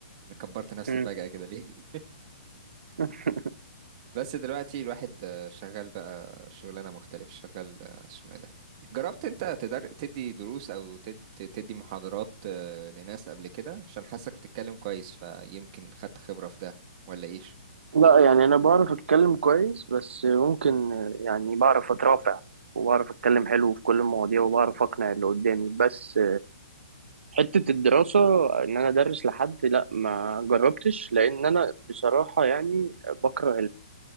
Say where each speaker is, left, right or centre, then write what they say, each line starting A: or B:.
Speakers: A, on the right; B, on the right.
A: انا كبرت نفسي
B: مم.
A: فجأة كده ليه <laughs>
B: <laughs>
A: بس دلوقتي الواحد آه، شغال بقى شغلانة مختلف شغال آه، اسمه إيه ده جربت انت تدر... تدي دروس او تد... تدي محاضرات آه، لناس قبل كده عشان حاسك بتتكلم كويس فيمكن خدت خبرة في ده ولا ايش
B: لا يعني انا بعرف اتكلم كويس بس ممكن يعني بعرف اترافع وبعرف اتكلم حلو في كل المواضيع وبعرف اقنع اللي قدامي بس حتة الدراسة ان انا ادرس لحد لا ما جربتش لان انا بصراحة يعني بكره